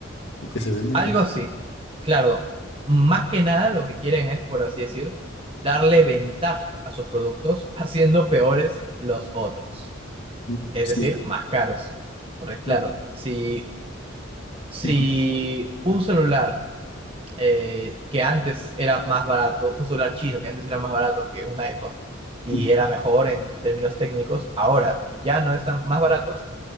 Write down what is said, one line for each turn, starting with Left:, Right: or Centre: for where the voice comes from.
Left: O que se venden
Right: algo
Left: con...
Right: así. Claro, más que nada lo que quieren es, por así decir, darle ventaja a sus productos <laughs> haciendo peores los otros.
Left: Mm,
Right: Es
Left: Sí,
Right: decir, más caros. Porque claro,
Left: no,
Right: si, si
Left: ujú,
Right: un celular eh, que antes era más barato, un celular chino que antes era más barato que un iPhone y
Left: ujú,
Right: era mejor en términos técnicos, ahora ya no es tan más barato,